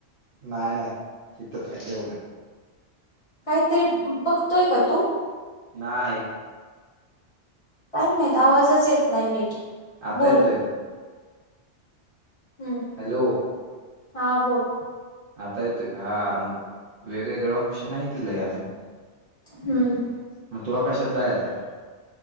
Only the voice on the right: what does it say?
नाय, नाय हितचं हाय जवळ.
नाय.
आता
येतोय का?
हॅलो.
आता येतोय, हा मग वेगवेगळे ऑप्शन हाय की लई अजून.
मग तुला कशात जायचं हाय?